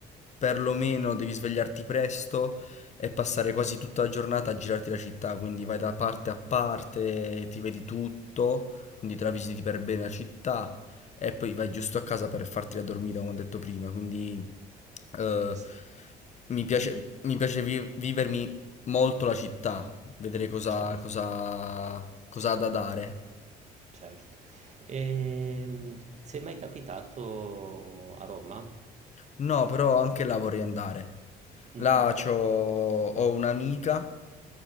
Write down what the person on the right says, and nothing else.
Sì,
certo.
Certo. Ehm, sei mai capitato a Roma?
Mm-mm.